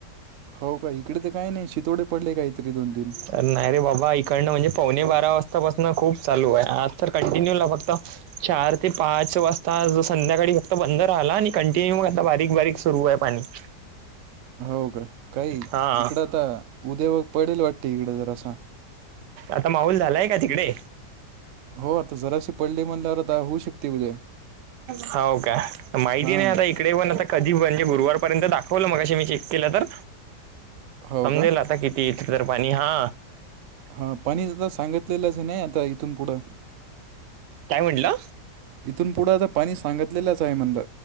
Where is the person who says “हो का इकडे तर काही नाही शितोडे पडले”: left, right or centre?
Right